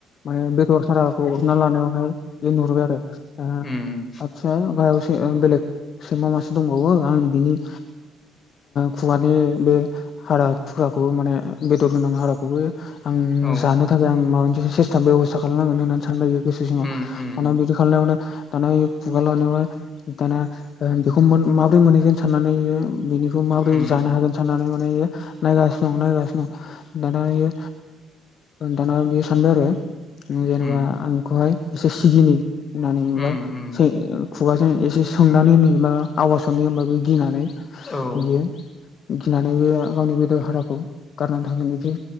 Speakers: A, on the left (about 50°); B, on the left (about 30°).
A: माने बेदर हारा खौ हरना लानायावहाय बे नुहुरबाय आरो ओ
B: उम
A: आदसा गाहायावसो बेलेग सैमा मासे दंबावो आं बिनि खुगानि बे हारा थुख्राखौ माने बेदर गोनां हाराखौबो आं
B: औ
A: जानो थाखाय आं माबा मोनसे सिस्टेम बेब'स्था खालामनांगोन होननानै सानबाय गोसो सिङाव।
B: उम उम
A: थान बिदि खालामानायखौनो दाना खुगा लानायावहाय दाना बेखौ माब्रै मोनहैगोन साननानैयो बेनि बेखौ माब्रै
B: उम
A: जानो हागोन साननानै माने नायगासिनो दं नायगासिनो दं दानायो दाना बियो सानबाय आरो। जेनेबा
B: उम
A: आं बेखौहाय एसे सिगिनो होननानै
B: उम
A: ओमफ्राय
B: उम
A: खुगाजों एसे सोंनानै नयो मा आवाज हरनि होमबा बे‌ गिनानै बियो
B: औ उम
A: गिनानै बे गावनि बेदर हाराखौ गारनानै थांगोन बिदि